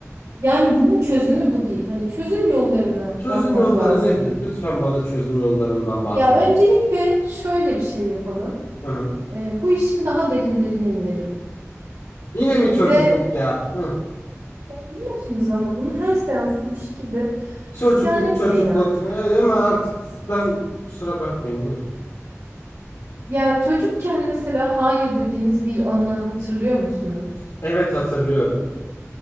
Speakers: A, on the right; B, on the left.
A: yani bunun çözümü bu değil. Hani çözüm yollarına
B: Çözüm
A: bakmak
B: yolları
A: lazım.
B: nedir? Lütfen bana çözüm yollarından bahsedin.
A: Ya öncelikle şöyle bir şey yapalım.
B: Hı hı.
A: Ee, bu işin daha derinlerine inelim.
B: Yine mi çocukluk
A: Ve
B: ya? Hı.
A: biliyorsunuz ama bunu her seansta bu şekilde
B: Çocukluk
A: isyan etmeyin
B: çocukluk.
A: artık.
B: Hey, ama artık ben kusura bakmayın buyurun.
A: Ya çocukken mesela hayır dediğiniz bir anı hatırlıyor musunuz?
B: Evet hatırlıyorum.